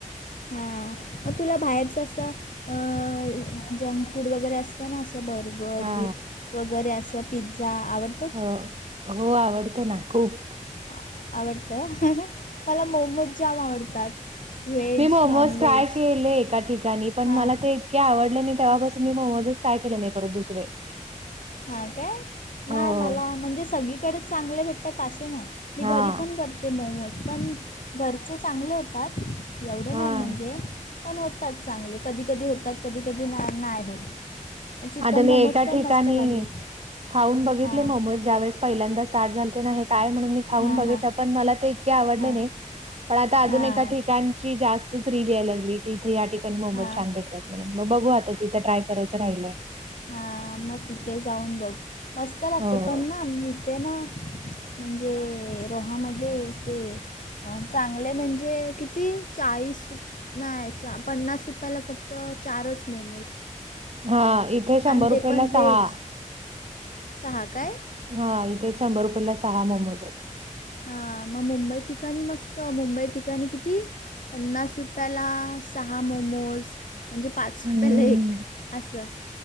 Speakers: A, on the left; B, on the right.
A: हा मग तुला बाहेर जसं अं, जंक फूड वगैरे असतं ना, असं बरं बर्गर
B: हा
A: वगैरे, असं पिझ्झा आवड
B: हो हो आवडतो ना खूप.
A: आ- आवडतं, मला मोमो जाम आवडतात. व्हेज
B: मी मोमोज
A: नॉनव्हेज
B: ट्राय केले एका ठिकाणी, पण
A: हां
B: मला ते का आवडले नाही तेव्हापासून मी मोमोजच ट्राय केले नाही परत दुसरे.
A: हां, काय नाही,
B: हो.
A: मला म्हणजे सगळीकडेच चांगले भेटतात असे नाही. मी
B: हां.
A: घरी पण करत ते मोमोज पण घरचे चांगले होतात एवढे
B: हां.
A: नाही, म्हणजे. पण होतात चांगले, कधी कधी होतात, कधी कधी नाही होत. चिकन
B: आता
A: मोमोज
B: मी एका
A: पण
B: ठिकाणी
A: मस्त लागले
B: खाऊन बघितले
A: हां
B: मोमोज ज्यावेळेस पहिल्यांदा स्टार्ट झालते ना हे, काय म्हणून मी खाऊन
A: हां
B: बघितलं,
A: हां
B: पण मला ते इतके आवडले
A: हां
B: नाही. पण आता अजून
A: हां
B: एका ठिकाणची
A: हां
B: जास्तच रील येऊ लागली की, इथे या ठिकाणी मोमोज
A: हां
B: छान भेटतात म्हणून बघू, तिथं ट्राय करायचं राहिलंय.
A: हा, मग तिथे जाऊन बघ, मस्त लागते.
B: हो.
A: पण ना इथे ना. म्हणजे रोहामध्ये ते ह चांगले म्हणजे किती चाळीस नाही च पन्नास रुपयाला फक्त चारच मोमोज.
B: हा इथे शंभर
A: आणि ते
B: रुपयेला
A: पण व्हेज
B: सहा.
A: सहा काय?
B: हा इथे शंभर रुपयाेला सहा मोमोज आहेत.
A: हा मग मुंबई ठिकाणी मस्त, मुंबई ठिकाणी किती पन्नास रुपयाला सहा मोमोज म्हणजे पाच रुपयाला
B: हम्म.
A: एक असं.